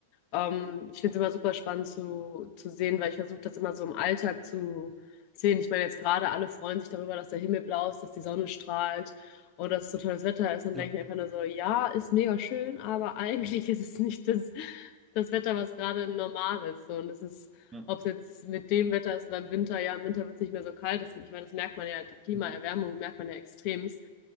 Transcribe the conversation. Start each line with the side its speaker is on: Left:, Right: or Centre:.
Left: Ähm, ich finde es immer super spannend zu, zu sehen, weil ich versuche das immer so im Alltag zu sehen. Ich meine, jetzt gerade alle freuen sich darüber, dass der Himmel blau ist, dass die Sonne strahlt und dass es so tolles Wetter ist. Und
Right: Ja.
Left: denke ich mir einfach nur so, ja, ist mega schön, aber eigentlich <laughs> ist es nicht das, das Wetter, was gerade normal ist. So, Und es ist,
Right: Ja.
Left: ob es jetzt mit dem Wetter ist oder im Winter, ja, im Winter wird es nicht mehr so kalt. Das, ich meine, das merkt man ja, die Klimaerwärmung
Right: Mhm.
Left: merkt man ja extremst.